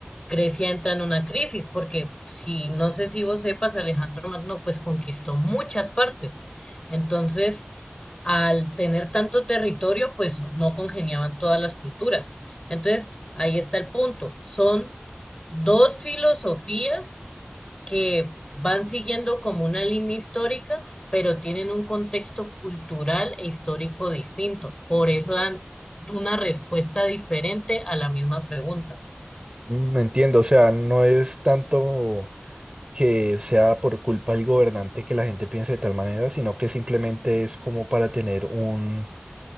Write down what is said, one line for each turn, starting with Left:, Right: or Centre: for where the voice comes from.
Left: Grecia entra en una crisis, porque si no sé si vos sepas, Alejandro Magno pues conquistó muchas partes. Entonces, al tener tanto territorio, pues no congeniaban todas las culturas. Entonces, ahí está el punto. Son dos filosofías que van siguiendo como una línea histórica, pero tienen un contexto cultural e histórico distinto. Por eso dan una respuesta diferente a la misma pregunta.
Right: Mm, Entiendo, o sea, no es tanto que sea por culpa del gobernante que la gente piense de tal manera, sino que simplemente es como para tener un,